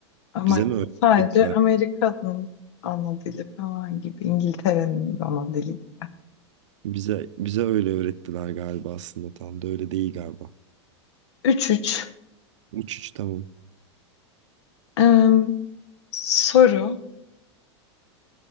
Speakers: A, on the left (about 70°); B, on the right (about 80°).
A: Ama
B: Bize mi öğrettiler?
A: sadece Amerika'nın ana dili falan gibi. İngiltere'nin ana dili gibi.
B: Bize bize öyle öğrettiler galiba aslında tam da öyle değil galiba.
A: 3-3.
B: 3-3 tamam.
A: Ee, soru.